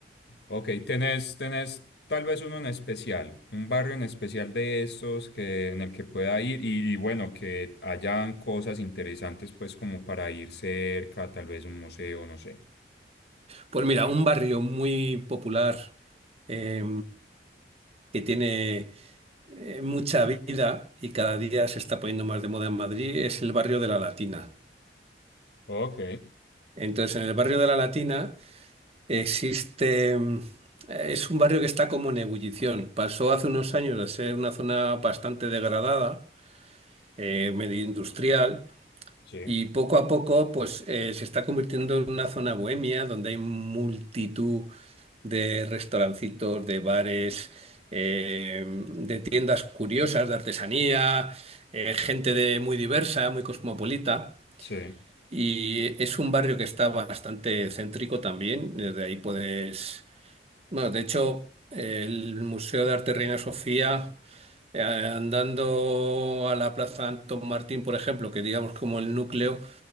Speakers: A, on the left (about 70°); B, on the right (about 35°).
A: Ok, tenés, tenés tal vez uno en especial, un barrio en especial de estos que, en el que pueda ir y, y bueno, que hayan cosas interesantes pues como para ir cerca, tal vez un museo, no sé.
B: Pues mira, un barrio muy popular eh, que tiene eh, mucha vida y cada día se está poniendo más de moda en Madrid es el barrio de la Latina.
A: Ok,
B: Entonces, en el barrio de la Latina Existe, mm, es un barrio que está como en ebullición. Pasó hace unos años de ser una zona bastante degradada, eh, medio industrial,
A: sí,
B: y poco a poco pues eh, se está convirtiendo en una zona bohemia donde hay multitud de restaurancitos, de bares, eh, de tiendas curiosas, de artesanía, eh, gente de muy diversa, muy cosmopolita.
A: sí,
B: Y es un barrio que está bastante céntrico también. Desde ahí puedes bueno, de hecho, el Museo de Arte Reina Sofía, eh, andando a la Plaza Antón Martín, por ejemplo, que digamos como el núcleo,